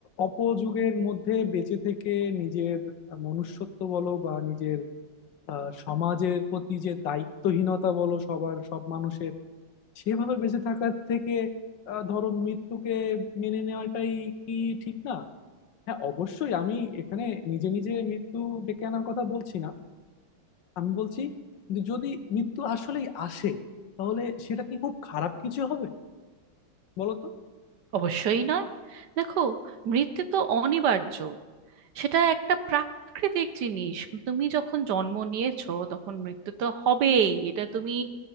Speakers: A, on the left; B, on the right.
A: অপযুগের মধ্যে বেঁচে থেকে নিজের মনুষ্যত্ব বলো বা নিজের আহ, সমাজের প্রতি যে দায়িত্বহীনতা বলো সবার সব মানুষের সেভাবে বেঁচে থাকার থেকে আহ, ধরো মৃত্যুকে মেনে নেওয়াটাই কি ঠিক না হ্যাঁ অবশ্যই আমি এখানে নিজে নিজে মৃত্যু ডেকে আনার কথা বলছি না আমি বলছি যে যদি মৃত্যু আসলেই আসে তাহলে সেটা কি খুব খারাপ কিছু হবে বলো তো
B: অবশ্যই নয় দেখো মৃত্যু তো অনিবার্য সেটা একটা প্রাকৃতিক জিনিস তুমি যখন জন্ম নিয়েছো তখন মৃত্যু তো হবেই এটা তুমি